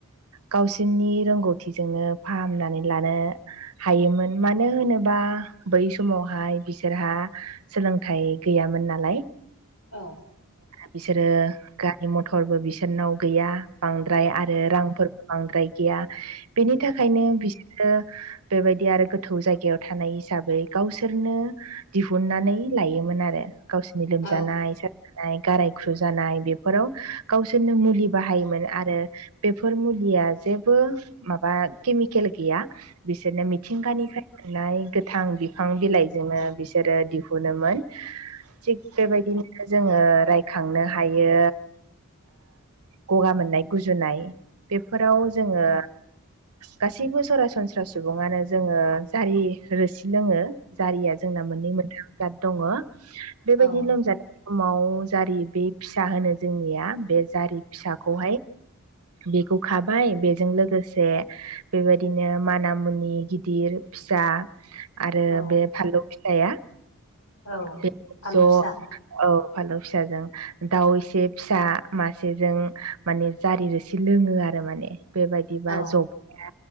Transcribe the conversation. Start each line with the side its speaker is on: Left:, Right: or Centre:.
Right: गावसोरनि रोंगौथिजोंनो फाहामनानै लानो हायोमोन मानो होनोबा बै समाव हाय बिसोरहा सोलोंथाइ गैयामोन नालाय
Left: औ
Right: बिसोरो गारि मथरबो बिसोरनाव गैया बांद्राय आरो रांफोर बांद्राय गैया बेनि थाखायनो बि आरो बेबायदि आरो गोथौ जायगायाव थानाय हिसाबै गावसो बिसोरनो दिहुननानै लायोमोन आरो गावसोरनि लोमजानाय
Left: औ
Right: गाराय ख्रुजानाय बेफोराव गावसोरनो मुलि बाहायोमोन आरो बेफोर मुलिया जेबो माबा केमिकेल गैया बिसोरनो मिथिंगानिफ्राय गोथां बिफां बिफां बिलाइजोंनो बिसोरो दिहुनोमोन थिग बेबायदिनो ओ जोङो रायखांनो हायो। ओ गगा मोननाय गुजुनाय बेफोराव जोङो गासैबो सरासनस्रा सुबुङानो जोङो जारि रोसि लोङो। जारिया जोंना मोननै मोनथाम जाद दङ बेबायदि
Left: औ
Right: लोमजादों। समाव जारि बे फिसा होनो जोंनिया बे जारि फिसाखौहाय बेखौ खाबाय बेजों लोगोसे बेबायदिनो माना मुनि गिर गिदिर फिसा आरो
Left: औ
Right: बे फानलौ फिसाया
Left: औ
Right: बे
Left: फानलु
Right: ज'
Left: फिसा
Right: औ फानलु फिसाजों दाउ एसे फिसा मासेजों माने जारि रोसि लोङो आरो माने बेबायदिबा
Left: औ
Right: जबाया